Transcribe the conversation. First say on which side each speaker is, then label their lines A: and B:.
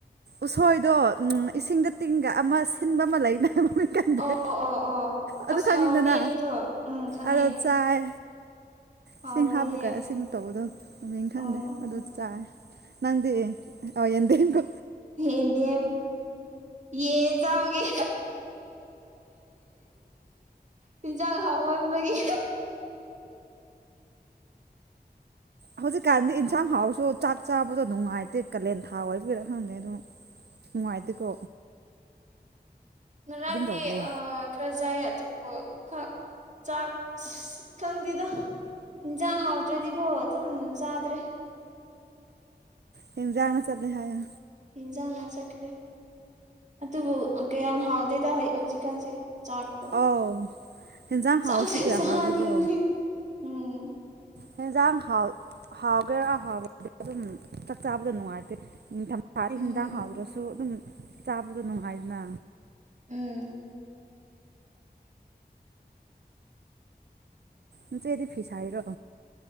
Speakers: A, on the right (about 75°); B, on the right (about 45°).
A: ꯎꯁꯣꯏꯗꯣ ꯎꯝ ꯏꯁꯤꯡꯗ ꯇꯤꯡꯒ ꯑꯃ ꯁꯤꯟꯕ ꯑꯃ ꯂꯩꯅꯕ
B: ꯑꯣ ꯑꯣ ꯑꯣ ꯑꯣ
A: ꯑꯗꯨ
B: ꯑꯁ
A: ꯈꯪꯉꯤꯗꯅ
B: ꯍꯥꯎꯅꯤ ꯑꯗꯨꯗꯣ ꯎꯝ ꯈꯪꯉꯦ
A: ꯑꯗꯣ ꯆꯥꯏ
B: ꯍꯥꯎꯕꯅꯤꯍꯦ
A: ꯏꯁꯤꯡ ꯍꯥꯞꯄꯒ ꯑꯁꯤꯟꯕ ꯇꯧꯕꯗꯣ ꯃꯃꯤꯡ ꯈꯪꯗꯦ
B: ꯎꯝ
A: ꯑꯗ‌ꯣ ꯆꯥꯏ ꯅꯪꯗꯤ ꯑꯣ ꯌꯦꯟꯗꯦꯝꯀꯣ
B: ꯍꯦꯟꯗꯦꯝ ꯌꯦꯟ ꯆꯕꯒꯤ ꯍꯤꯟꯖꯥꯡ ꯍꯥꯎꯍꯟꯕꯒꯤ
A: ꯍꯧꯖꯤꯛꯀꯥꯟꯗꯤ ꯏꯟꯁꯥꯡ ꯍꯥꯎꯔꯁꯨ ꯆꯥꯛ ꯆꯥꯕꯗ‌ꯣ ꯅꯨꯡꯉꯥꯏꯇꯦ ꯀꯥꯂꯦꯟ ꯊꯥ ꯑꯣꯏꯕꯒꯤꯔ ꯈꯪꯗꯦ ꯑꯗ‌ꯣ ꯅꯨꯡꯉꯥꯏꯇ‌ꯦꯀꯣ
B: ꯉꯔꯥꯡꯗꯤ
A: ꯇꯧꯕ꯭ꯔꯣ
B: ꯑ ꯈꯔ ꯆꯥꯏꯌꯦ ꯑꯗꯨꯕꯨ ꯈꯥ ꯆꯥꯛ ꯑꯁ ꯈꯪꯗꯦꯗ ꯍꯤꯟꯁꯥꯡ ꯍꯥꯎꯗ꯭ꯔꯗꯤꯀꯣ ꯑꯗꯨꯝ ꯆꯥꯗ꯭ꯔꯦ
A: ꯍꯦꯟꯖꯥꯡꯅ ꯆꯠꯂꯦ ꯍꯥꯏꯌꯣ
B: ꯏꯟꯖꯥꯡꯅ ꯆꯠꯈ꯭ꯔꯦ ꯑꯗꯨꯕꯨ ꯀꯌꯥꯝ ꯍꯥꯎꯗꯦꯗ ꯍꯧꯖꯤꯛꯀꯥꯟꯁꯦ ꯆꯥꯛꯇꯣ
A: ꯑꯣ ꯍꯦꯟꯖꯥꯡ
B: ꯆꯥꯛꯁꯨ
A: ꯍꯥꯎꯔꯁꯨ ꯀꯌꯥ
B: ꯆꯥꯅꯤꯡꯉꯦ
A: ꯍꯥꯎꯗꯦꯒꯣ
B: ꯎꯝ
A: ꯍ‌ꯦꯟꯖꯥꯡ ꯍꯥꯎꯒꯦꯔꯥ ꯍꯥꯎꯔ‌ꯣꯏꯒ‌ꯦꯔ ꯑꯗꯨꯝ ꯆꯥꯛ ꯆꯥꯕꯗ ꯅꯨꯡꯉꯥꯏꯇꯦ ꯅꯤꯡꯊꯝ ꯊꯥꯗꯤ
B: ꯎꯝ
A: ꯍꯤꯟꯖꯥꯡ ꯍꯥꯎꯗꯔꯁꯨ ꯑꯗꯨꯝ ꯆꯥꯕꯗꯨ ꯅꯨꯡꯉꯥꯏꯗꯅ
B: ꯎꯝ
A: ꯅꯆꯦꯗꯤ ꯐꯤ ꯁꯥꯢꯔꯣ